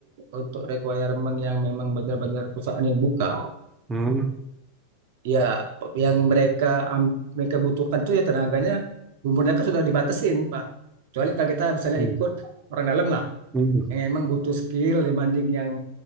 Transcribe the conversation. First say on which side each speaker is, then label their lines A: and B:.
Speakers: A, on the right; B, on the right.
A: untuk requirement yang memang benar-benar perusahaan yang buka
B: hmm,
A: Ya, pe- yang mereka am- mereka butuhkan tuh ya tenaganya, umurnya kan sudah dibatasin, Pak. Kecuali kalau kita misalnya
B: hmm,
A: ikut orang dalam lah,
B: hmm,
A: yang emang butuh skill dibanding yang